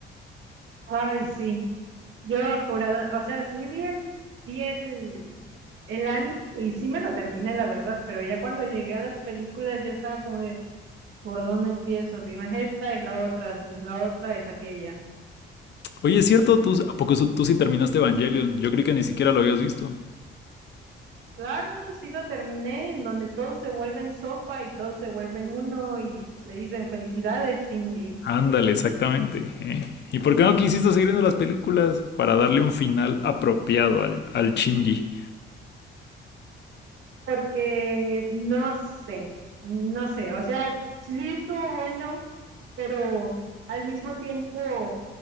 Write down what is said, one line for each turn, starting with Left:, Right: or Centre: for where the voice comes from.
Right: Ay, sí. Yo apurada, o sea, sí vi el, vi el, el anime y sí me lo terminé, la verdad, pero ya cuando llegué a las películas ya estaba como de, ¿por dónde empiezo? Si no es esta, es la otra, si no es la otra, es aquella.
Left: Oye, es cierto, tú, ¿a poco tú sí terminaste Evangelion? Yo creí que ni siquiera lo habías visto.
Right: Claro, sí lo terminé, en donde todos se vuelven sopa y todos se vuelven uno y le dicen felicidades, Shinji.
Left: Ándale, exactamente. ¿eh? ¿Y por qué no quisiste seguir viendo las películas? Para darle un final apropiado al, al Shinji.
Right: Porque no sé, no sé, o sea, sí estuvo bueno, pero al mismo tiempo.